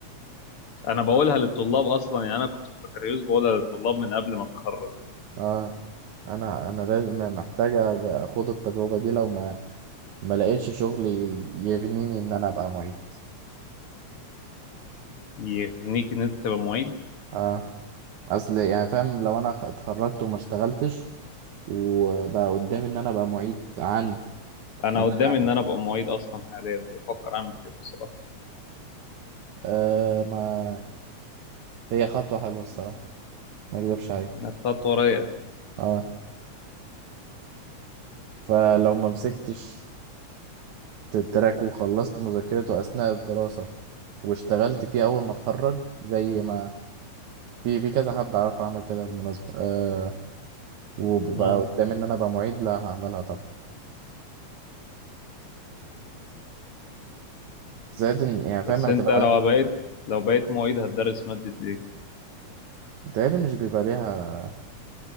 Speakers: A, on the left; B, on the right.
A: انا بقولها للطلاب اصلا يعني انا كنت في البكالوريوس بقولها للطلاب من قبل ما اتخرج
B: اه انا انا لازم محتاج أج- اخد التجربه دي لو ما ما لقيتش شغل ي- يغنيني ان انا ابقى معيد
A: يغنيك ان انت تبقى معيد
B: اه اصل يعني فاهم لو انا خ- اتخرجت وما اشتغلتش وبقى قدامي ان انا ابقى معيد عن
A: انا
B: ان
A: قدامي ان
B: انا
A: انا ابقى معيد اصلا حاليا بفكر اعمل كده بصراحه
B: آه ما هي خطوه حلوه الصراحه ما اكذبش عليك
A: إنها خطوه رايقه
B: اه فلو ما مسكتش التراك وخلصت مذاكرته أثناء الدراسة واشتغلت فيه أول ما اتخرج زي ما في في كذا حد أعرفه عمل كده بالمناسبة أه وببقى
A: امم
B: قدامي إن أنا أبقى معيد لا هعملها طبعا زائد إن- يعني فاهم
A: بس
B: هتبقى
A: انت لو بقيت لو بقيت معيد هتدرس ماده ايه
B: متهيألي مش بيبقى ليها